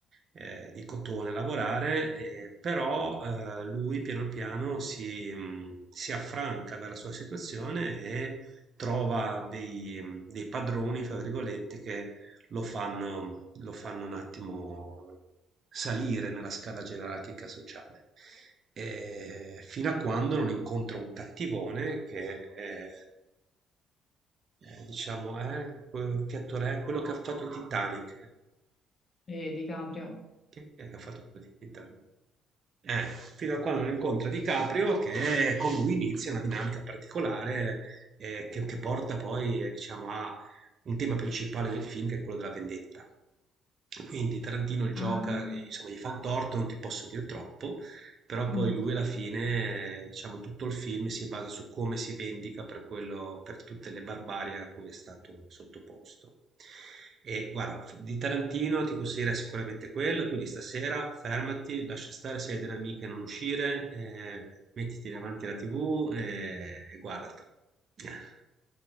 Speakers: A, on the right; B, on the left.
A: eh, di cotone a lavorare, eh, però eh, lui piano piano si, mh, si affranca dalla sua situazione e trova dei, dei padroni, fra virgolette, che lo fanno, lo fanno un attimo salire nella scala gerarchica sociale. E fino a quando non incontra un cattivone che è, è, diciamo, è, che attore è quello che ha fatto il Titanic.
B: eh, Di Caprio.
A: Chi è che ha fatto il Titanic? Eh, fino a quando non incontra DiCaprio che con lui inizia una dinamica particolare eh, che, che porta poi, eh, diciamo, a un tema principale del film che è quello della vendetta. Quindi Tarantino gioca,
B: Ah,
A: insomma, gli fa un torto, non ti posso dire troppo, però
B: mm.
A: poi lui alla fine, eh, diciamo, tutto il film si basa su come si vendica per quello, per tutte le barbarie a cui è stato sottoposto. E guarda, f- di Tarantino ti consiglierei sicuramente quello, quindi stasera fermati, lascia stare se hai delle amiche non uscire, eh, mettiti davanti alla TV e, e guardatelo. <laughs>